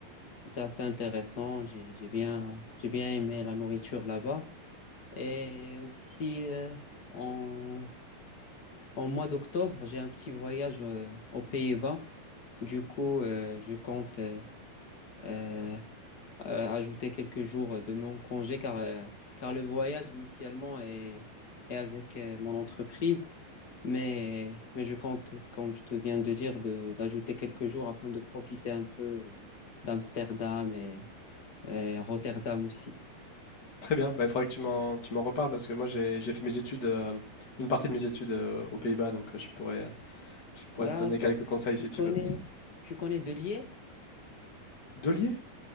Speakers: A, on the left; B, on the left.
A: C'était assez intéressant. J'ai, j'ai bien, j'ai bien aimé la nourriture là-bas. Et aussi, euh, en, en mois d'octobre, j'ai un petit voyage euh, aux Pays-Bas. Du coup, euh, je compte euh, euh, euh, ajouter quelques jours de mon congé car, euh, car le voyage initialement est, est avec euh, mon entreprise, mais, mais je compte, comme je te viens de dire, de, d'ajouter quelques jours afin de profiter un peu euh, d'Amsterdam et, et Rotterdam aussi.
B: très bien. Bah, il faudrait que tu m'en tu m'en reparles parce que moi j'ai j'ai fait mes études, euh, une partie de mes études euh, aux Pays-Bas, donc euh, je pourrais euh, je pourrais
A: D'accord.
B: te donner quelques conseils si
A: Tu
B: tu
A: connais,
B: veux.
A: tu connais Delier Lier?
B: Delier?